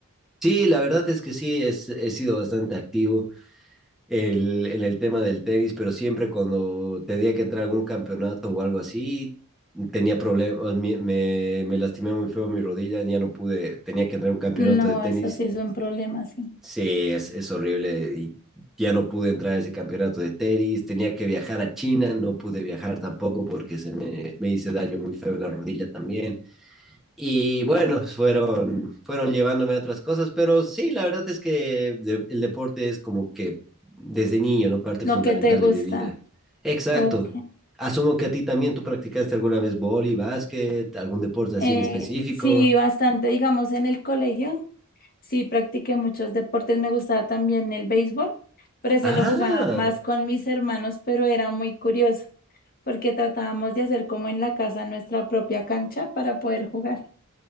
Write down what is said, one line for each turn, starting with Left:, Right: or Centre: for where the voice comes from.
Centre: Sí, la verdad es que sí, es, he sido bastante activo. el, en el tema del tenis, pero siempre cuando tenía que entrar a algún campeonato o algo así, tenía problemas, me, me, me lastimé muy feo mi rodilla, ya no pude, tenía que entrar a un campeonato
Left: No,
Centre: de tenis,
Left: eso sí es un problema, sí.
Centre: sí, es, es horrible y ya no pude entrar a ese campeonato de tenis, tenía que viajar a China, no pude viajar tampoco porque se me, me hice daño muy feo en la rodilla también. Y bueno, fueron, fueron llevándome a otras cosas, pero sí, la verdad es que de- el deporte es como que desde niño, ¿no? Parte
Left: Lo
Centre: fundamental
Left: que te gusta.
Centre: de mi vida. Exacto.
Left: Ok.
Centre: Asumo que a ti también tú practicaste alguna vez vóley, básquet, algún deporte
Left: Eh,
Centre: así en específico.
Left: sí, bastante, digamos, en el colegio, sí practiqué muchos deportes. Me gustaba también el béisbol, pero se
Centre: Ah,
Left: lo jugaba más con mis hermanos, pero era muy curioso porque tratábamos de hacer como en la casa nuestra propia cancha para poder jugar.